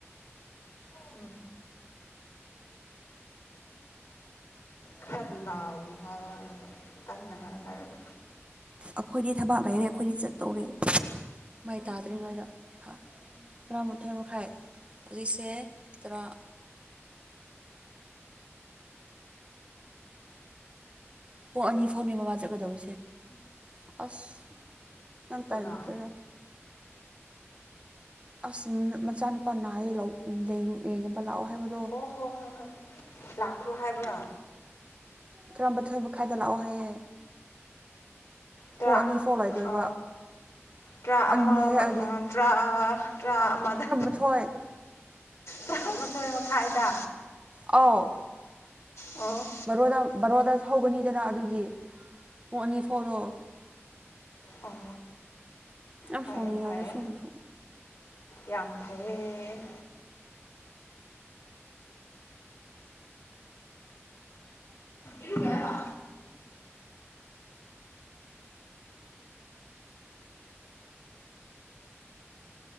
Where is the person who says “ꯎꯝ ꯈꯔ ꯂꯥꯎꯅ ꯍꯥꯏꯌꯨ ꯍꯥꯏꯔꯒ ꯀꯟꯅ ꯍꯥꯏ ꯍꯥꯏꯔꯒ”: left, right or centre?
Left